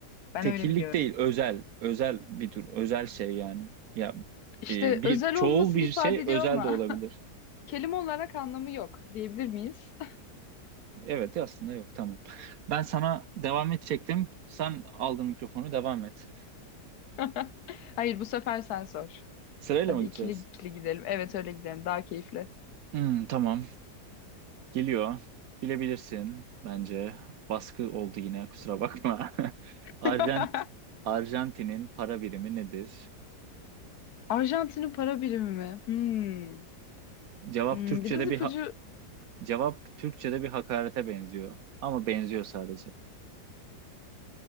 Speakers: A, on the left (about 65°); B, on the right (about 65°).
A: Ben
B: Tekillik
A: öyle biliyorum.
B: değil özel. Özel bir tür. Özel şey yani. Ya
A: İşte
B: e, bir
A: özel
B: çoğul
A: olmasını
B: bir
A: ifade
B: şey
A: ediyor
B: özel
A: ama
B: de olabilir.
A: <laughs> kelime olarak anlamı yok diyebilir miyiz?
B: Evet aslında yok tamam. Ben sana devam edecektim. Sen aldın mikrofonu devam et.
A: <laughs> Hayır bu sefer sen sor.
B: Sırayla
A: Hadi
B: mı gideceğiz?
A: ikili ikili gidelim. Evet öyle gidelim. Daha keyifli.
B: Hmm, tamam. Geliyor. Bilebilirsin bence. Baskı oldu yine kusura bakma. <laughs>
A: <laughs>
B: Arjant Arjantin'in para birimi nedir?
A: Arjantin'in para birimi mi? Hmm.
B: Cevap
A: Hmm,
B: Türkçe'de
A: Biraz ipucu
B: bir ha- cevap Türkçe'de bir hakarete benziyor. Ama benziyor sadece.